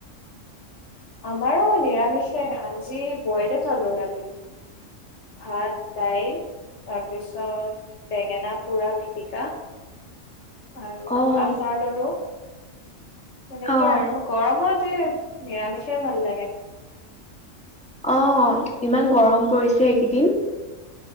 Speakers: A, on the left (about 60°); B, in the centre.
A: আমাৰো নিৰামিষে আজি বইলে থলোঁ ৰাতি ভাত দাইল তাৰপিছত বেঙেনা পোৰা পিটিকা আৰু
B: অ'
A: আচাৰ ললো তেনেকে
B: অ'
A: আৰু গৰমত তে নিৰামিষে ভাল লাগে
B: অ ইমান গৰম কৰিছে এইকেইদিন